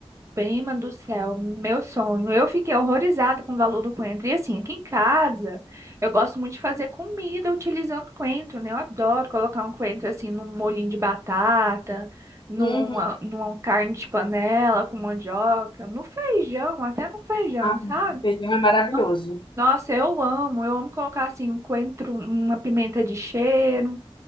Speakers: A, on the right; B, on the left.
A: Prima do céu, meu sonho. Eu fiquei horrorizada com o valor do coentro. E assim, aqui em casa, eu gosto muito de fazer comida utilizando coentro, né? Eu adoro colocar um coentro assim num molhinho de batata, numa,
B: Uhum.
A: numa carne de panela com mandioca, no feijão, até no feijão,
B: Ah,
A: sabe?
B: o feijão é maravilhoso.
A: Então, Nossa, eu amo. Eu amo colocar assim um coentro, uma pimenta de cheiro.